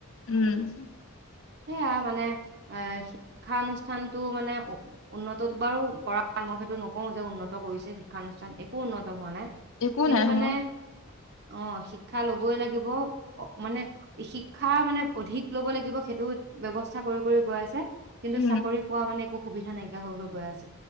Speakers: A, on the left (about 60°); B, on the right (about 45°).
A: উম,
B: সেইয়া মানে, এ শিক্ষানুষ্ঠানটো মানে উন্নতটো বাৰু কৰা পৰামৰ্শ সেইটো নকওঁ যে, উন্নত কৰিছে, শিক্ষানুষ্ঠান একো উন্নত উন্নত হোৱা নাই,
A: একো
B: কিন্তু
A: নাই
B: মানে
A: হোৱা
B: অ শিক্ষা লবই লাগিব, মানে শিক্ষা মানে অধিক লব লাগিব, সেইটো ব্যৱস্থা কৰি কৰি গৈ আছে। কিন্তু
A: উম
B: চাকৰি পোৱা মানে একো সুবিধা নাই। ক হৈ গৈ আছে